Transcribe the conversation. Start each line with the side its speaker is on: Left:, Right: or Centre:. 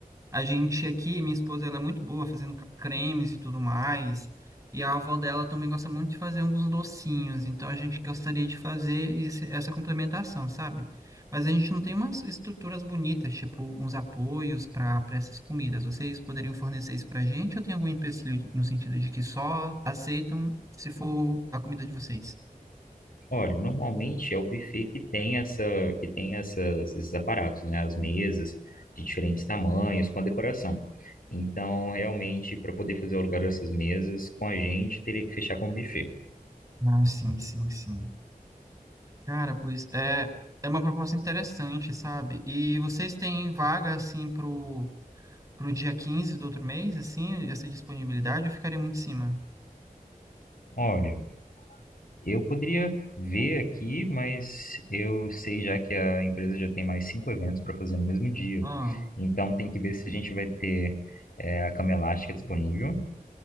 Right: a gente aqui, minha esposa, ela é muito boa fazendo ca- cremes e tudo mais. E a avó dela também gosta muito de fazer alguns docinhos. Então a gente gostaria de fazer esse- essa complementação, sabe? Mas a gente não tem umas estruturas bonitas, tipo uns apoios para para essas comidas. Vocês poderiam fornecer isso pra gente ou tem algum empecilho no sentido de que só aceitam se for a comida de vocês?
Left: Olha, normalmente é o buffet que tem essa, que tem essas, esses aparatos, né? As mesas de diferentes tamanhos, com a decoração. Então, realmente, para poder fazer o lugar dessas mesas com a gente, teria que fechar com o buffet.
Right: Ah, sim, sim, sim. Cara, pois é, é uma proposta interessante, sabe? E vocês têm vaga assim pro pro dia 15 do outro mês, assim, essa disponibilidade, eu ficaria muito em cima.
Left: Olha, Eu poderia ver aqui, mas eu sei já que a empresa já tem mais cinco eventos para fazer no mesmo dia.
Right: Ah,
Left: Então tem que ver se a gente vai ter é, a cama elástica disponível